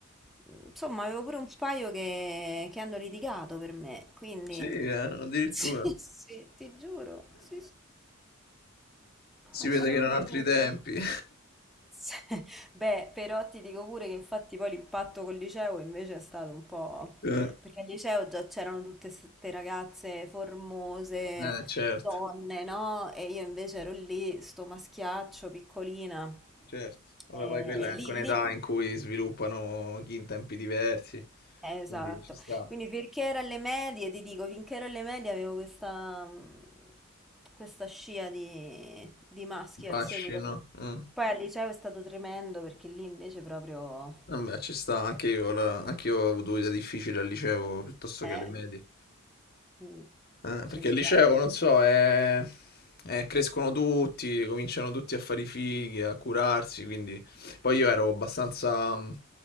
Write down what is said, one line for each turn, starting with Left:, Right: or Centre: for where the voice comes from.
Centre: mh, insomma, avevo pure un paio che, che hanno litigato per me, quindi
Left: sì, eh, addirittura.
Centre: <laughs> sì, sì, ti giuro, sì, sì,
Left: Si
Centre: assolutamente.
Left: vede che erano altri tempi. <laughs>
Centre: <laughs> Beh, però ti dico pure che infatti poi l'impatto col liceo invece è stato un po'...
Left: Eh,
Centre: perché al liceo già c'erano tutte queste ragazze formose,
Left: eh, certo,
Centre: donne, no? E io invece ero lì, sto maschiaccio, piccolina.
Left: certo. Vabbè,
Centre: E,
Left: poi quella
Centre: e
Left: è
Centre: lì,
Left: anche un'età
Centre: lì...
Left: in cui sviluppano chi in tempi diversi,
Centre: eh, Esatto.
Left: quindi ci sta.
Centre: Quindi finché era alle medie, ti dico, finché ero alle medie avevo questa, mh, questa scia di, di maschi
Left: Fascino.
Centre: al seguito.
Left: Mm.
Centre: Poi al liceo è stato tremendo perché lì invece proprio...
Left: Eh beh, ci sta, anche io la anch'io ho avuto vita difficile al liceo piuttosto
Centre: Eh,
Left: che alle medie.
Centre: mm,
Left: Eh,
Centre: ci
Left: perché
Centre: sta.
Left: il liceo, non so, è è crescono tutti, cominciano tutti a fare i fighi, a curarsi, quindi poi io ero abbastanza, mhmm,